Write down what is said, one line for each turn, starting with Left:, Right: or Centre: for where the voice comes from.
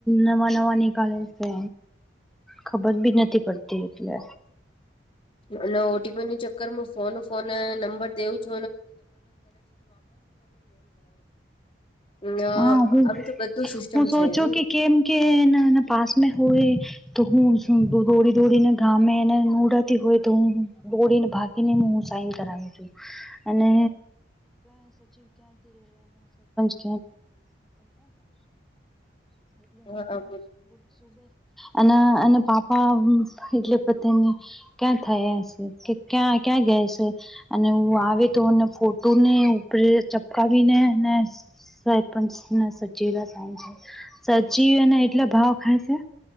Centre: નવા નવા નીિકળે છે ખબર બી નથી પડતી એટલે
Left: અને ઓટીપી નું ચક્કર હું ફોન ફોન નંબર દઉ છ <unintelligible> અ
Centre: હા હું
Left: આવી તો બધું સિસ્ટમ
Centre: હું
Left: છે
Centre: સોચો
Left: એ
Centre: <unintelligible> તો હું શ દોડી દોડીને ગામે એને નોડાતી હોય તો હું બોડીને ભાગીને હ હું સાઈન કરાવી છું અને <unintelligible> <unintelligible>
Left: હા
Centre: અને અનેના પાપા એટલે પોતાની ક્યાં થયા હશે કે ક્યાં ક્યાં ગયા છે અને હું આવે તોને ફોટો ને ઉપરે ચપકાવીને અને સરપંચ સચ સા <unintelligible> સાચી એને એટલે ભાવ ખાય છે